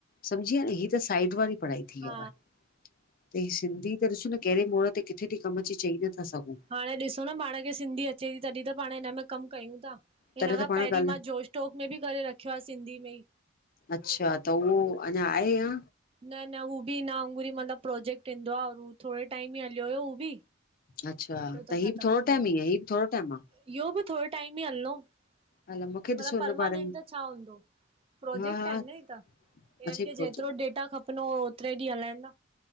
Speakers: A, on the left (about 50°); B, on the right (about 30°).
A: सम्झीअ न, ही त साइड वारी पढ़ाई थी वियव।
B: हा
A: त ही सिंधी त ॾिसो न केहिड़े मोड़ ते किथे थी कमु अचे, चई नथा सघूं।
B: हाणे ॾिसो न पाणु खे सिंधी अचे ती, तॾहिं त पाणु हिन में कमु कयूं ता। हिन
A: तॾहिं
B: खां
A: त पाण
B: पहिरीं
A: ॻाल्हि
B: मां जोश टोक में बि करे रखियो आ, सिंधी में ई।
A: अच्छा! त उहो अञा आहे या?
B: न न हू बि हिन वांगुर ई मतिलबु प्रोजेक्ट ईंदो आ, और हू थोरे टाइम ई हलियो हुयो हू बि।
A: अच्छा,
B: हू
A: त हीउ
B: ख़तमु
A: बि थोरो
B: थी वियो।
A: टाइम ई आहे? हीउ थोरो टाइम आ?
B: इहो बि थोरो टाइम ई हलणो, मतिलबु
A: हल मूंखे ॾिसो हिन
B: परमानेंट
A: बारे में
B: त छा हूंदो? प्रोजेक्ट
A: हा हा
B: आहिन न हे ता, हिननि
A: अच्छा
B: खे जेतिरो डेटा खपनो, ओतिरे ॾींहुं हलाईंदां।